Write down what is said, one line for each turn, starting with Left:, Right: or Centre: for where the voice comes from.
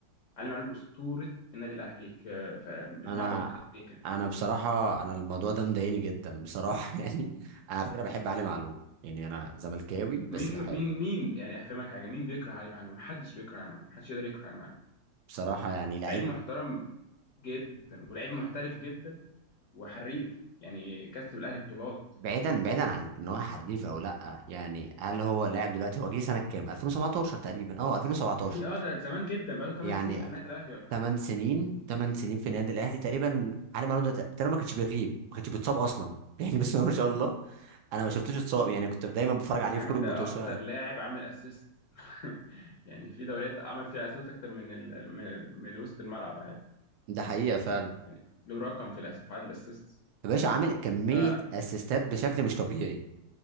Left: علي معلول اسطوره النادي الاهلي في في- من
Right: انا
Left: بعد ابو تريكه
Right: انا بصراحه انا الموضوع ده مضايقني جدا بصراحه <laughs> يعني انا على فكره بحب علي معلول يعني انا زملكاوي بس
Left: مين
Right: بحب
Left: مين مين يعني هفهمك حاجه مين بيكره علي معلول محدش بيكره علي معلول محدش يقدر يكره علي معلول
Right: بصراحه يعني لعيب
Left: لعيب محترم جدا ولعيب محترف جدا وحريف يعني كسب الاهلي بطولات
Right: بعيدا بعيدا عن ان هو حريف او لا يعني هل هو لاعب دلوقتي هو جه سنه كام 2017 تقريبا اه 2017
Left: دي اه ده زمان جدا بقاله 8
Right: يعني
Left: سنين في النادي الاهلي ولا حاجه
Right: 8 سنين 8 سنين في النادي الاهلي تقريبا علي معلول ده تقريبا ما كانش بيغيب ما كانش بيتصاب اصلا <laughs> يعني بس ما شاء الله انا ما شفتوش اتصاب يعني كنت دايما بتفرج عليه
Left: يا
Right: في
Left: عم
Right: كل الماتشات
Left: ده اكتر لاعب عامل اسيست <laughs> يعني في دوريات عمل فيها اسيست اكتر من ال... من, من وسط الملعب عادي
Right: ده حقيقه فعلا
Left: يعني له رقم في الأس... في عدد الاسيست
Right: يا باشا عامل كمية
Left: فبص
Right: اسيستات بشكل مش طبيعي